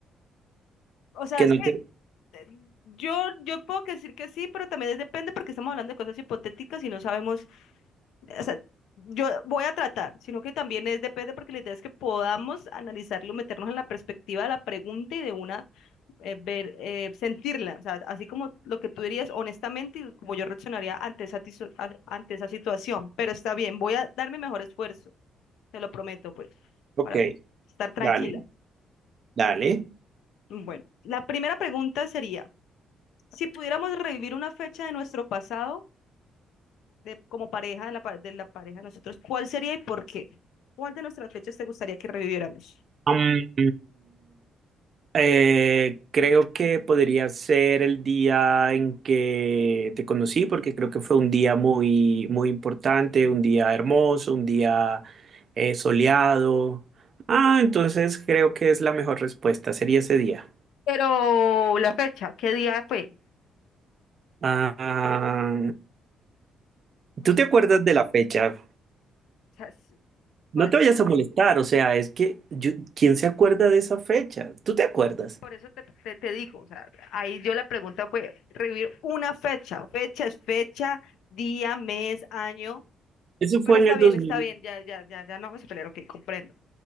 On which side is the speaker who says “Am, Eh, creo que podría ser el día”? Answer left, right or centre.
Right